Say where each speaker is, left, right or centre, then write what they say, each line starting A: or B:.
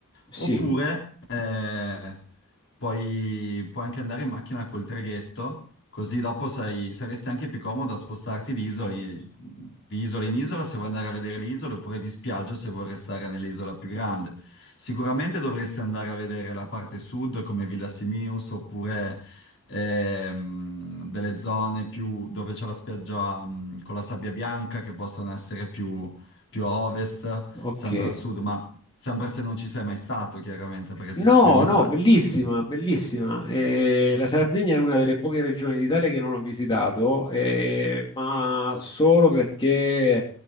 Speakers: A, on the left (about 20°); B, on the left (about 55°).
A: sì,
B: Oppure eh, puoi, puoi anche andare in macchina col traghetto, così dopo sai- saresti anche più comodo a spostarti di isola, in- di isola in isola se vuoi andare a vedere le isole, oppure di spiaggia se vuoi restare nell'isola più grande. Sicuramente dovresti andare a vedere la parte sud come Villa Simius, oppure ehm, delle zone più dove c'è la spiaggia mh, con la sabbia bianca che possono essere più, più a ovest,
A: ok.
B: sempre al sud, ma sempre se non ci sei mai stato, chiaramente, perché se
A: No,
B: ci sei mai
A: no,
B: stato...
A: bellissima, bellissima. Eh, la Sardegna è una delle poche regioni d'Italia che non ho visitato, eh, ma solo perché,